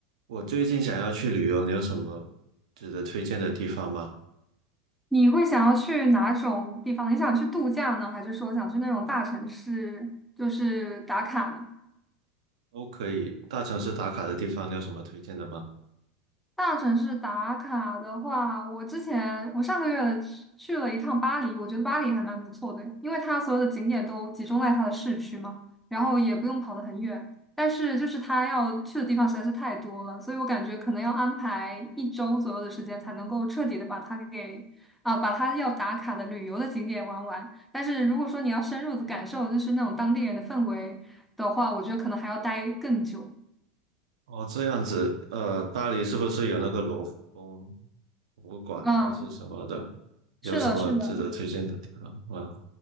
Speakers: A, on the right; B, in the centre.
A: 我最近想要去旅游，你有什么值得推荐的地方吗？
B: 你会想要去哪种地方？你想去度假呢，还是说想去那种大城市，就是打卡呢？
A: 都可以，大城市打卡的地方，你有什么推荐的吗？
B: 大城市打卡的话，我之前我上个月去去了一趟巴黎，我觉得巴黎还蛮不错的，因为它所有的景点都集中在它的市区嘛，然后也不用跑得很远。但是就是它要去的地方实在是太多了，所以我感觉可能要安排一周左右的时间才能够彻底的把它给啊、把它要打卡的旅游的景点玩完。但是如果说你要深入的感受就是那种当地人的氛围的话，我觉得可能还要待更久。
A: 哦，这样子，呃，巴黎是不是有那个罗浮宫博物馆还是什么的？
B: 嗯，
A: 有什么值得推荐的地方吗？
B: 是的，是的。